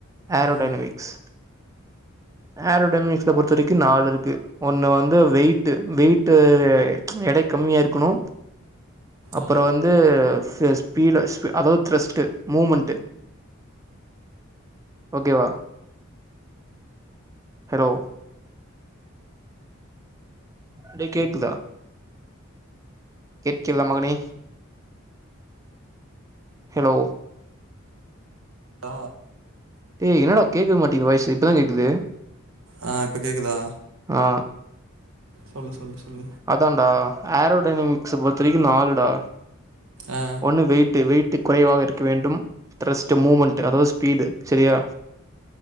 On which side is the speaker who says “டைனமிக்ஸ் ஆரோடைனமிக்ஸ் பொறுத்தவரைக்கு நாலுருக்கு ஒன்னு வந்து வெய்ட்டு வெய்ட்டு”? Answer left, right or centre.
Right